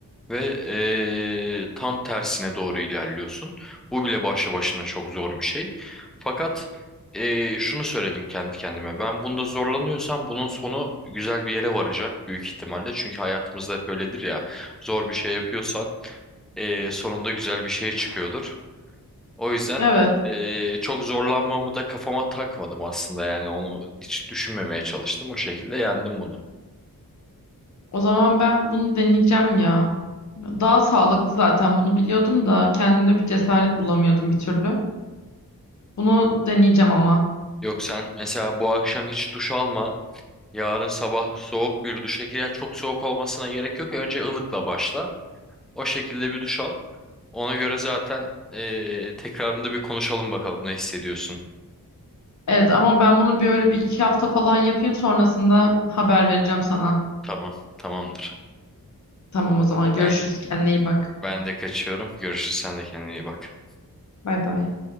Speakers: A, in the centre; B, on the left.
A: ve eee, tam tersine doğru ilerliyorsun. Bu bile başlı başına çok zor bir şey. Fakat eee, şunu söyledim kendi kendime. Ben bunda zorlanıyorsam bunun sonu güzel bir yere varacak büyük ihtimalle. Çünkü hayatımızda hep öyledir ya. Zor bir şey yapıyorsan eee, sonunda güzel bir şey çıkıyordur. O yüzden
B: Evet.
A: eee, çok zorlanmamı da kafama takmadım aslında yani onu hiç düşünmemeye çalıştım. O şekilde yendim bunu.
B: O zaman ben bunu deneyeceğim ya. Daha sağlıklı zaten bunu biliyordum da kendimde bir cesaret bulamıyordum bir türlü. Bunu deneyeceğim ama.
A: Yok sen mesela bu akşam hiç duş alma. Yarın sabah soğuk bir duşa gir. Ya çok soğuk olmasına gerek yok. Önce ılıkla başla. O şekilde bir duş al. Ona göre zaten eee, tekrarında bir konuşalım bakalım ne hissediyorsun.
B: Evet ama ben bunu bir öyle bir iki hafta falan yapayım sonrasında haber vereceğim sana.
A: Tamam, tamamdır.
B: Tamam o zaman görüşürüz
A: Ben
B: kendine iyi bak.
A: ben de kaçıyorum. Görüşürüz. Sen de kendine iyi bak.
B: Bay bay.